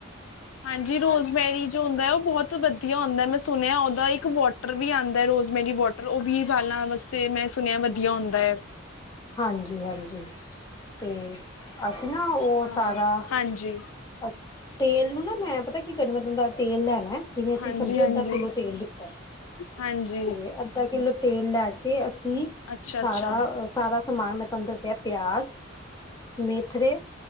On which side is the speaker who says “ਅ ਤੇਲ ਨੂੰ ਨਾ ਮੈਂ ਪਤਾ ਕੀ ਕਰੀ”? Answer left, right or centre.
Left